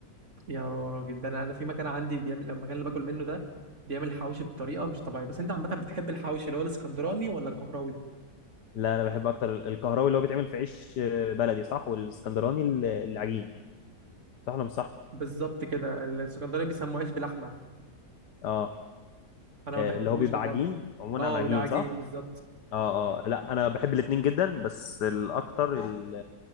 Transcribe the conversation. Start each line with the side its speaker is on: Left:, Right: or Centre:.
Right: يا راجل ده انا انا في مكان عندي بيعمل المكان اللي باكل منه ده بيعمل حواوشي بطريقة مش طبيعية بس انت عامة بتحب الحواوشي اللي هو الاسكندراني ولا القهراوي
Left: لا انا بحب اكتر ال- الكهراوي اللي هو بيتعمل في عيش آه، بلدي صح والاسكندراني ال- العجين صح ولا مش صح
Right: بالظبط كده الاسكندراني بيسموه عيش بلحمة
Left: اه
Right: انا
Left: آه،
Right: ما بحبوش
Left: اللي هو بيبقى
Right: ده خالص
Left: عجين عموما
Right: اه
Left: عن عجين
Right: بيبقى عجين
Left: صح
Right: بالظبط
Left: اه اه لا انا بحب الاتنين جدا بس الاكتر ال-